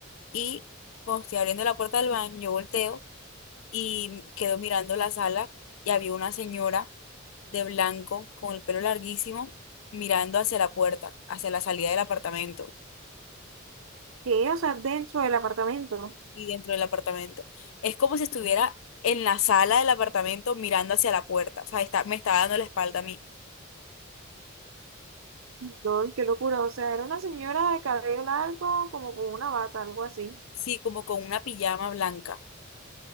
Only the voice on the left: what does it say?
y cuando estoy abriendo la puerta del baño, yo volteo y quedo mirando la sala y había una señora de blanco con el pelo larguísimo mirando hacia la puerta, hacia la salida del apartamento
y dentro del apartamento. Es como si estuviera en la sala del apartamento mirando hacia la puerta, o sea, está, me estaba dando la espalda a mí.
sí, como con una pijama blanca